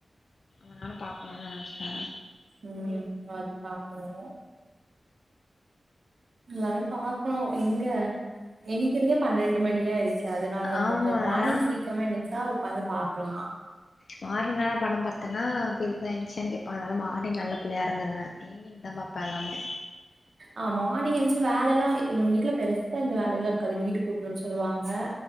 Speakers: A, on the left; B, on the right.
A: நானு பாக்கணுன் நெனச்சே
B: ம் அது பாக்கணு எல்லாமே பாக்கணு எங்க எனிக்கிறதே பன்னெண்டு மணியாயிருச் அதனாலதா
A: ஆமா
B: கொஞ்ச மார்னிங்
A: நாலா
B: சீக்கிரமா எனிச்சா உக்காந்து பாக்கலா
A: மார்னிங்கல்லா படம் பாத்தேன்னா இப்ப இதுக் தா என்ச்சியான் கேப்பாங்க அதனால மார்னிங் நல்ல புள்ளையா இருந்துருவே ஈவ்னிங் தா பாப்பே எல்லாமே
B: ஆ மார்னி்ங் எந்ச்சி வேலல்லா எங்க வீட்டுல பெருசா எந்த இந்த வேல்லல்லா இருக்காது வீடு கூட்டியுட சொல்லுவாங்க